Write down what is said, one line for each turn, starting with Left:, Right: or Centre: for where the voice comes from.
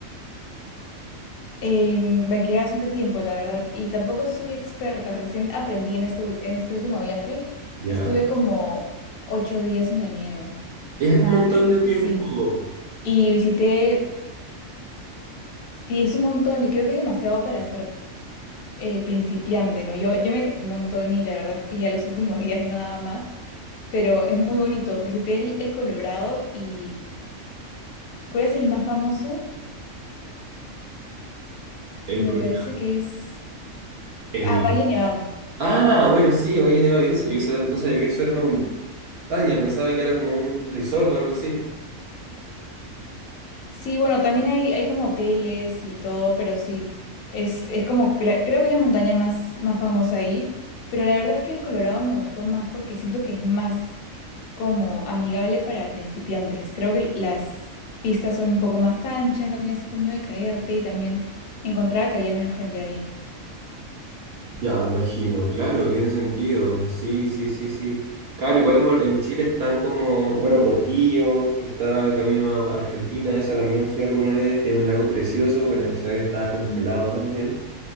Left: Eh, me quedé bastante tiempo, la verdad, y tampoco soy experta. Recién aprendí en este, ul- en este último viaje.
Right: Ya.
Left: Estuve como ocho días en la nieve,
Right: Es un montón de tiempo.
Left: sí. Y visité, sí, es un montón y creo que es demasiado para ser eh, principiante, ¿no? Yo, yo me cansé un montón y la verdad es que ya los últimos días no daba más, pero es muy bonito. Visité el, el Colorado y ¿cuál es el más famoso?
Right: El,
Left: Me
Right: cu-
Left: parece que es...
Right: el-
Left: Ah, Valle Nevado.
Right: Ah, bueno, sí, Valle Nevado. Yo no sabía, que eso era- no sabía que eso era una montaña. Pensaba que era como un resort o algo así.
Left: Sí, bueno, también hay, hay como hoteles y todo, pero sí, es, es como, que la- creo que es la montaña más, más famosa ahí, pero la verdad es que el Colorado me gustó más porque siento que es más como amigable para principiantes. Creo que las pistas son un poco más anchas, no tienes tanto miedo de caerte y también encontraba que había menos gente ahí.
Right: Ya, me imagino. Claro, tiene sentido. Sí, sí, sí, sí. Claro, igual en, Bol- en Chile están como, bueno, Portillo, que está el camino a a Argentina. Esa también fui alguna vez. Tiene un lago precioso. Bueno, esa vez estaba congelado
Left: Mm.
Right: también.